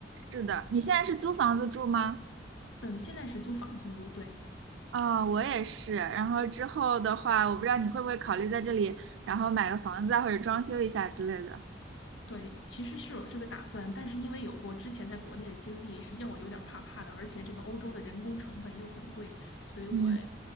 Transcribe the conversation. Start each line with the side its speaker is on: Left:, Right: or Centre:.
Right: 是的，你现在是租房子住吗？
Left: 嗯，现在是租房子住，对
Right: 啊，我也是。然后之后的话，我不知道你会不会考虑在这里，然后买个房子啊，或者装修一下之类的。
Left: 对，其实是有这个打算，但是因为有过之前在国内的经历，让我有点儿怕怕的，而且这个欧洲的人工成本又很贵，所以我
Right: 嗯